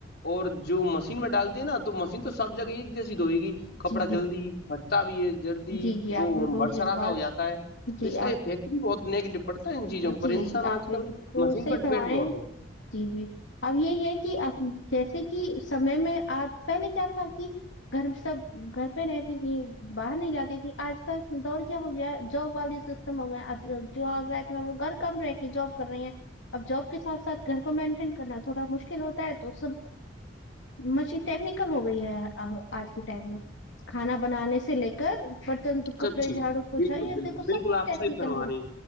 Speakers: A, on the left (about 60°); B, on the left (about 85°).
A: اور جو مشین میں ڈالتے ہیں نا تو مشین تو سب جگہ ایک جیسی دھوئے گی کپڑا
B: جی جی
A: جلدی پھٹتا بھی ہے جلدی
B: جی جی
A: وہ
B: آپ بالکل
A: برسرا
B: یہ بات
A: سا ہو جاتا ہے تو
B: جی
A: اس کا
B: آپ
A: افیکٹ بھی بہت نیگیٹو پڑتا ہے ان چیزوں پر
B: جی
A: انسان
B: آپ
A: آج
B: بالکل
A: کل مشین
B: صحیح
A: پر
B: فرما
A: ڈیپینڈ
B: رہے
A: بہت
B: ہیں
A: ہے
B: جی جی <unintelligible> اب یہ ہے کہ اب جیسے کہ سمے میں آپ پہلے کیا کرتی گھر میں سب گھر پہ رہتی تھی باہر نہیں جاتی تھی آج کل دور کیا ہو گیا جاب والی سسٹم ہو گیا جو آ وہ گھر کم رہے کے جاب کر رہی ہیں اب جاب کے ساتھ ساتھ گھر کو مینٹین کرنا تھوڑا مشکل ہوتا ہے تو سب مشین ٹیکنیکل ہو گئی ہے آج کے ٹائم میں کھانا بنانے سے لے کے برتن
A: سب
B: کپڑے
A: چیز
B: جھاڑو پوچھا
A: بالکل بالکل
B: دیک سب
A: بالکل
B: کچھ
A: آپ
B: ٹیکنیکل
A: صحیح فرما
B: ہو رہا
A: رہے ہیں